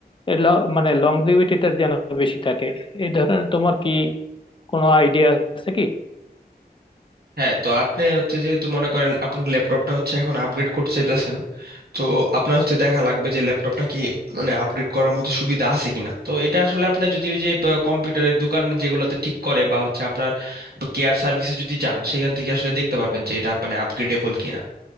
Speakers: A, on the left (about 30°); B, on the right (about 70°).
A: এর ল- মানে লংজিভিটিটা যেন বেশি থাকে এই ধরনের তোমার কি কোনো আইডিয়া আছে কি
B: হ্যাঁ তো আপনি হচ্ছে যেহেতু মনে করেন আপনার ল্যাপটপটা হচ্ছে এখন আপগ্রেড করতে চাইতেছেন তো আপনার হচ্ছে দেখা লাগবে যে ল্যাপটপটা কি মানে আপগ্রেড করার মতো সুবিধা আছে কিনা তো এটা আসলে আপনি যদি ওই যে বা, কম্পিউটারের দোকান যেগুলোতে ঠিক করে বা হচ্ছে আপনার কেয়ার সার্ভিসে যদি যান সেখান থেকে আসলে দেখতে পারবেন যে এটা মানে আপগ্রেডেবল কিনা